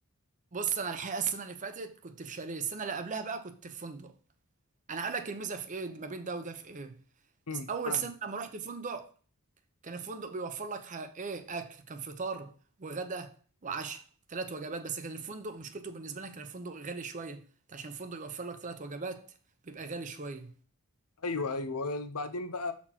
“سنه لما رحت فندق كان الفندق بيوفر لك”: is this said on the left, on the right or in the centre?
Right